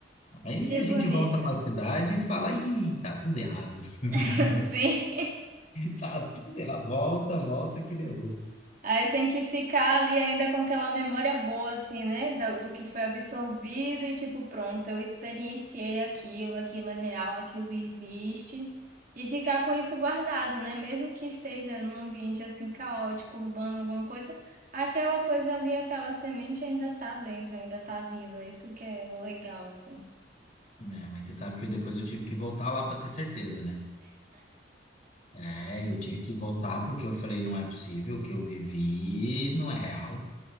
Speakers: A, on the left; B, on the right.
A: Aí
B: que
A: a
B: bonito.
A: gente volta para a cidade e fala, ih, tá tudo errado. <laughs>
B: <laughs> Sim.
A: Tá tudo errado. Volta, volta que derruba.
B: Aí tem que ficar ali ainda com aquela memória boa, assim, né? da- Do, que foi absorvido e tipo, pronto, eu experienciei aquilo, aquilo é real, aquilo existe. E ficar com isso guardado, né? Mesmo que esteja num ambiente assim caótico, urbano, alguma coisa, aquela coisa ali, aquela semente ainda tá dentro, ainda tá viva. Isso que é o legal, assim.
A: É, mas você sabe que eu depois eu tive que voltar lá para ter certeza, né? É, eu tive que voltar porque eu falei, não é possível, o que eu vivi não é real.